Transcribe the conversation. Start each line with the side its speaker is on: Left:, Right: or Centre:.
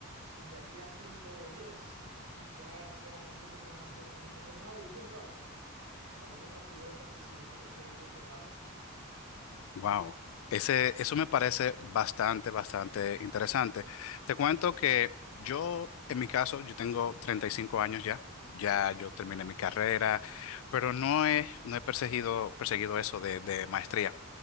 Right: y de aquí a cinco o diez ya sea un profesional totalmente formado y quién sabe, tal vez hasta pudiera estar persiguiendo lo que sería un doctorado.
Left: Wow. Ese, eso me parece bastante, bastante interesante. Te cuento que yo, en mi caso, yo tengo 35 años ya. Ya yo terminé mi carrera, pero no he, no he perseguido, perseguido eso de, de maestría.